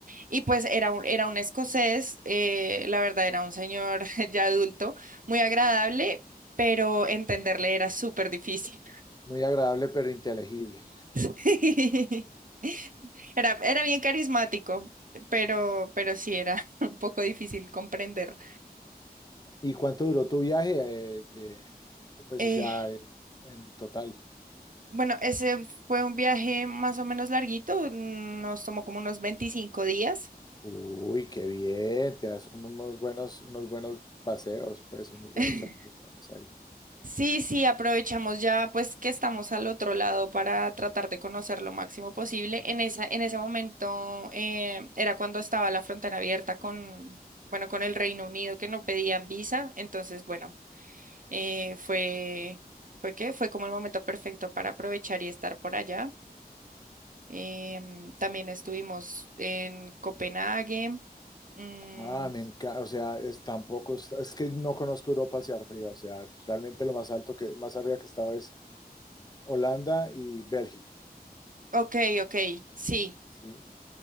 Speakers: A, on the right (about 55°); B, on the left (about 25°).
A: y pues era un, era un escocés, eh, la verdad era un señor <laughs> ya adulto, muy agradable, pero entenderle era súper difícil.
B: Muy agradable, pero inteligible.
A: <laughs> Era, era bien carismático, pero, pero sí era <laughs> un poco difícil comprender.
B: ¿Y cuánto duró tu viaje? Eh, eh, pues,
A: Eh,
B: o sea, en, en total.
A: bueno, ese fue un viaje más o menos larguito, nos tomó como unos 25 días.
B: Uy, qué bien, te das unos buenos, unos buenos paseos, pues, unos buenos
A: <laughs>
B: chapuzones ahí.
A: Sí, sí, aprovechamos ya pues que estamos al otro lado para tratar de conocer lo máximo posible. En esa, en ese momento eh, era cuando estaba la frontera abierta con, bueno, con el Reino Unido que no pedían visa. Entonces, bueno, eh, fue, fue que fue como el momento perfecto para aprovechar y estar por allá. Em, también estuvimos en Copenhague. Mm,
B: Ah, me encanta, o sea, es tampoco, es es que no conozco Europa hacia arriba, o sea, realmente lo más alto que, más arriba que he estado es Holanda y Bélgica,
A: ok, ok, sí.
B: ¿sí?